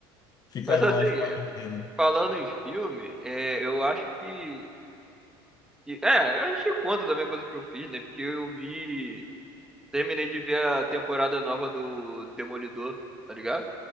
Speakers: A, on the left; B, in the centre.
A: ficaram
B: Mas assim,
A: lá de
B: eh,
A: quarentena.
B: falando em filme, é, eu acho que, que. É, a gente conta também coisa que eu fiz, né? Porque eu vi. Terminei de ver a temporada nova do Demolidor, tá ligado?